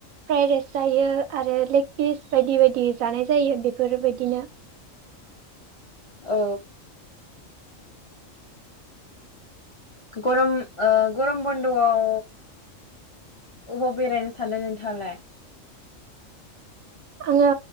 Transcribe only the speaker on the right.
फ्राइ राइस जायो आरो लेग पिस बायदि बायदि जानाय जायो बेफोरबायदिनो
आङो